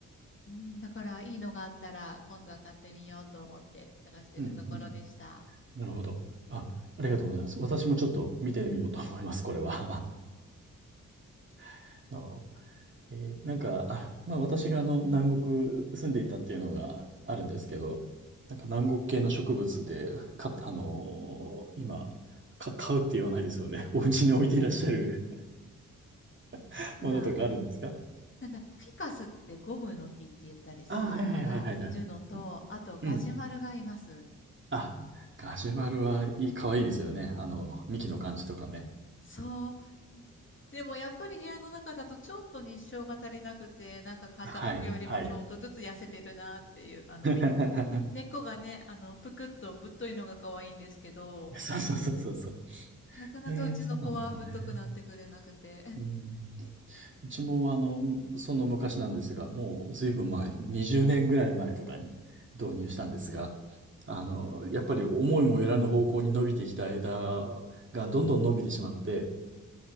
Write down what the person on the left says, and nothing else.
うん、だからいいのがあったら、今度は買ってみようと思って探してるところでした。
<laughs>
今、
なんだ、フィカスってゴムの木って言ったりするのがいるのと、
あとガジュマルがいます。
そう。でもやっぱり部屋の中だとちょっと日照が足りなくて、なんか買った時よりもちょっとずつ痩せてるなっていう、
あの、
び根っこがね、あの、ぷくっとぶっといのが可愛いんですけど、
なかなかうちの子はぶっとくなってくれなくて、
<laughs>